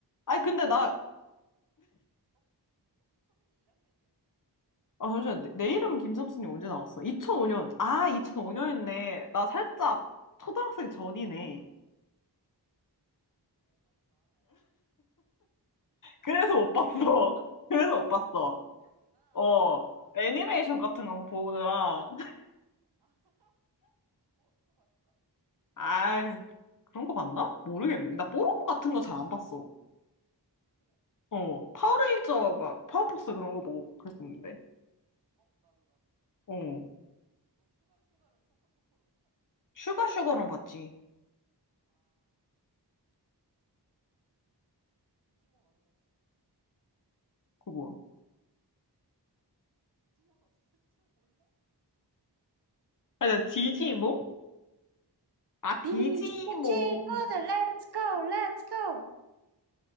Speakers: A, on the left; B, on the right.
A: 아니, 근데 나, 아, 잠시만, 내, 내 이름은 김삼순이 언제 나왔어? 2005년. 아, 2005년이네. 나 살짝 초등학생 전이네. 그래서 못 봤어. <laughs> 그래서 못 봤어. 어, 애니메이션 같은 거 보느라. <laughs> 아이, 그런 거 봤나? 모르겠네. 나 뽀로로 같은 거 잘 안 봤어. 어, 파워레인저 막 파워포스 그런 거 보고 그랬었는데. 어. 슈가 슈가는 봤지. 그거 뭐야? 아, 나 디지몽? 아, 디지몽.
B: 이 친구 친구들 let's go let's go